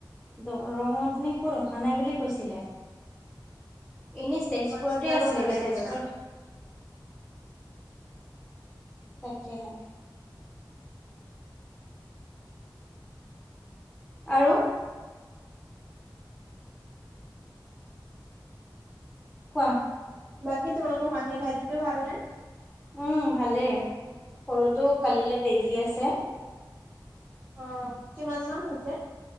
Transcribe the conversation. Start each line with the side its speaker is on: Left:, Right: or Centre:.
Centre: দৰঙত নে ক'ত অহা নাই বুলি কৈছিলে। এনেই তেজপুৰতে
Right: হৰ্ষিতাৰো
Centre: আছিলেগে
Right: অহা নাই
Centre: তেজপুৰত
Right: হ'বলা
Centre: তাকে হে। আৰু কোৱা
Right: বাকী তোমালোকৰ মাহী ভাইটিটোৰ ভালনে?
Centre: উম ভালেই। সৰুটো কালিলৈ বেজি আছে। যে।
Right: অ কিমান মাহ হৈছে?